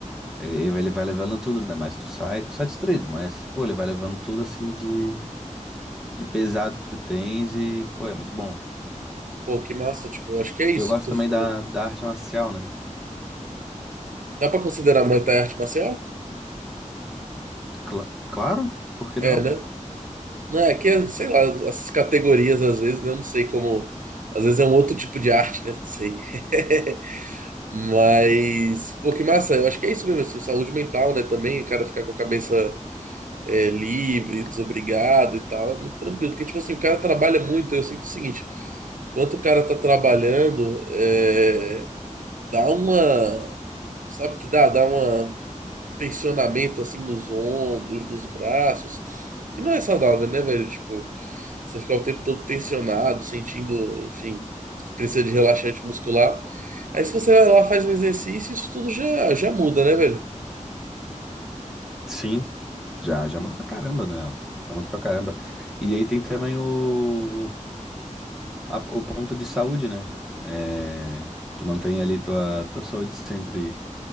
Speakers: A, in the centre; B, on the right.
A: ele, ele vai levando tudo, né? Mas tu sai, tu sai destruído, mas pô, ele vai levando tudo assim de, de pesado que tu tens e, pô, é muito bom.
B: Pô, que massa, tipo, eu acho que é isso
A: E eu gosto
B: que tu
A: também
B: falou.
A: da, da arte marcial, né?
B: Dá pra considerar Muay Thai arte marcial?
A: Cla- claro, por que não?
B: É, né? Não, é que, é, sei lá, essas categorias às vezes, né? Eu não sei como. Às vezes é um outro tipo de arte, né? Não sei. <laughs> Mas, pô, que massa, eu acho que é isso mesmo, assim, saúde mental, né, também, o cara ficar com a cabeça é, livre, desobrigado e tal, é muito tranquilo, porque, tipo assim, o cara trabalha muito, eu sinto o seguinte, enquanto o cara tá trabalhando, é, dá uma, sabe o que dá? Dá uma tensionamento assim nos ombros, nos braços, que não é saudável, né, velho? Tipo, você ficar o tempo todo tensionado, sentindo, enfim, que precisa de relaxante muscular. Aí se você vai lá, faz um exercício, isso tudo já, já muda, né, velho?
A: Sim. Já, já muda pra caramba, né? Já muda pra caramba. E aí tem também o, a- o ponto de saúde, né? É, tu mantém ali tua, tua saúde sempre